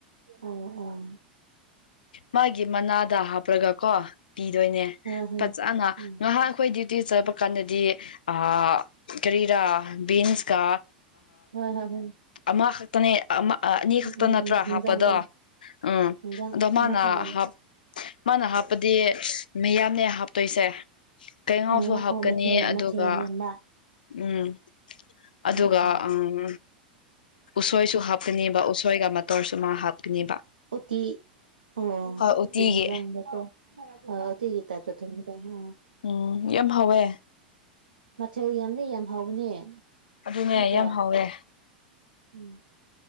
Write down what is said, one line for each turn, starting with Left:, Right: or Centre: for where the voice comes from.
Right: ꯑꯣ ꯑꯣ
Left: ꯃꯥꯒꯤ ꯃꯅꯥꯗ ꯍꯥꯞꯄꯂꯒꯀꯣ ꯄꯤꯗꯣꯏꯅꯦ
Right: ꯍꯣꯏ ꯍꯣꯏ
Left: ꯐꯖꯅ
Right: ꯎꯝ
Left: ꯉꯥꯏꯍꯥꯟ ꯑꯩꯈꯣꯏꯗꯤ ꯆꯥꯕ ꯀꯥꯟꯗꯗꯤ ꯑ ꯀꯔꯤꯔꯥ ꯕꯤꯟꯁꯀꯥ
Right: <unintelligible>
Left: ꯑꯃꯍꯛꯇꯅꯦ ꯑꯃ ꯑ ꯑꯅꯤ
Right: ꯎꯝ
Left: ꯈꯛꯇ
Right: ꯎꯝ
Left: ꯅꯠꯇ꯭ꯔꯥ
Right: ꯎꯝ ꯍꯤꯟꯖꯥꯡ
Left: ꯍꯥꯞꯄꯗꯣ
Right: ꯀꯣ
Left: ꯎꯝ
Right: ꯍꯤꯟꯖꯥꯡ
Left: ꯑꯗꯣ ꯃꯥꯅ
Right: ꯑꯃꯈꯛꯇꯅꯤ
Left: ꯍꯥꯞ ꯃꯥꯅ ꯍꯥꯞꯄꯗꯤ ꯑꯁ ꯃꯤꯌꯥꯝꯅꯦ ꯍꯥꯞꯇꯣꯏꯁꯦ꯫ ꯀꯩꯉꯥꯎꯁꯨ
Right: ꯑꯣ
Left: ꯍꯥꯞꯀꯅꯤ
Right: ꯑꯣ ꯃꯊꯦꯜ
Left: ꯑꯗꯨꯒ
Right: ꯃꯊꯦꯜ ꯌꯥꯝꯕ
Left: ꯎꯝ ꯑꯗꯨꯒ
Right: ꯑꯣ ꯑꯣ
Left: ꯎꯝ ꯎꯁꯣꯏꯁꯨ ꯍꯥꯞ ꯀꯅꯦꯕ ꯎꯁꯣꯏꯒ ꯃꯇꯣꯔꯁꯨꯃꯥ ꯍꯥꯞꯀꯅꯦꯕ꯫
Right: ꯎꯇꯤ ꯑꯣ ꯑꯨꯇꯤ
Left: ꯍꯣꯏ ꯎꯇꯤꯒꯤ
Right: ꯅꯤꯡꯖꯪꯕꯗꯣ <unintelligible> ꯑꯨꯇꯤꯒꯤ ꯇꯥꯏꯄꯇ ꯊꯣꯡꯕꯗꯣ ꯍꯥ꯫
Left: ꯑꯣ ꯌꯥꯝ ꯍꯥꯎꯋꯦ꯫
Right: ꯃꯊꯦꯜ ꯌꯥꯝꯅꯦ ꯌꯥꯝ ꯍꯥꯎꯕꯅꯦ
Left: ꯑꯗꯨꯅꯦ
Right: ꯅꯠꯇ꯭ꯔꯥ
Left: ꯌꯥꯝ ꯍꯥꯎꯋꯦ
Right: <unintelligible>